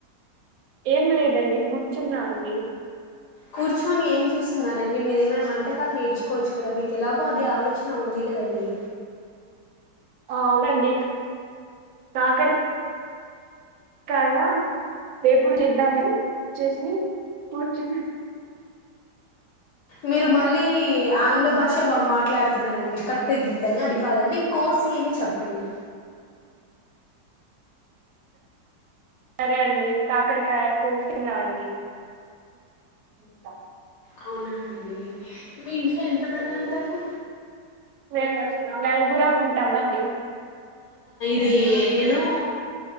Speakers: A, on the right; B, on the left.
A: ఏం లేదండి కూర్చున్నా అండి.
B: కూర్చోని ఏం చూస్తున్నారండి మీరు ఏమైనా వంటకాలు నేర్చుకోవచ్చు కదా మీకు ఎలాగో అదే ఆలోచన ఉంది. కదండి
A: ఆ అవునండి కాకర కాయా వేపుడు చేద్దామని చూసి కూర్చున్నా.
B: మీరు మళ్ళీ ఆంగ్ల భాష బ మాట్లాడ స్తున్నారండి కట్టు గిట్టు అని అది కాదండి కోసి అని చెప్పండి.
A: సరే అండి కాకరకాయ కోసి తిన్నాంఅండి. ఇంతా
B: అవునండి మీ ఇంట్లో ఎంత మంది ఉంటారు.
A: మేము నలుగురం ఉంటామండి.
B: దీ నిలువు